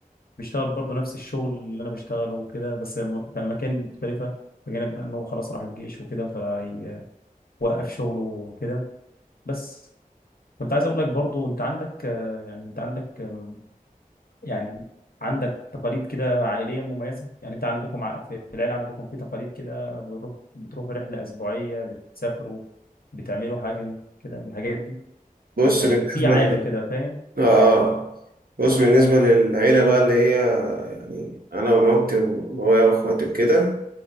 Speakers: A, on the left; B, on the right.
A: بيشتغل برضه نفس الشغل اللي انا بشتغله وكده بس م- في اماكن مختلفه بجانب بقى ان هو خلاص راح الجيش وكده فوقف شغله وكده بس كنت عايز اقول لك برضو انت عندك آه، يعني انت عندك آم، يعني عندك تقاليد كده عائليه مميزه يعني انت عندكم ع- في في العيله عندكم في تقاليد كده بتروح بتروح رحله اسبوعيه بتسافروا بتعملوا حاجه كده من الحاجات دي
B: بص
A: يعني
B: بالنسبة
A: في عاده
B: ل...
A: كده فاهم
B: آه آه. بص بالنسبة للعيلة بقى اللي هي يعني أنا ومامتي وبابايا وأخواتي وكده